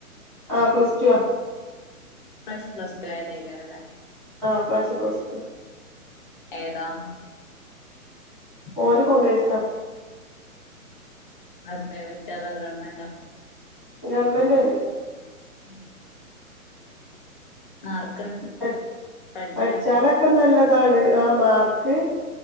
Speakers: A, in the centre; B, on the left.
A: ആ പ്ലസ്റ്റടുവാ
B: ഈ പ്രാവശ്യം പസ്ലടു വസ്തു ആയതായിരിക്കുല്ലേ
A: ആ പ്ലസ്ടു
B: ഏതാ
A: ഓൻ കൊമേസാ
B: അ പ്രൈവറ്റ് അതാ ഗവൺമെന്റാ
A: ഗവൺമെൻ്റ്
B: ഉം <inaudible>
A: <unintelligible>
B: പഠിക്കോ
A: പഠിച്ചാലൊക്കെ നല്ല ആണ് ആ മാർക്ക്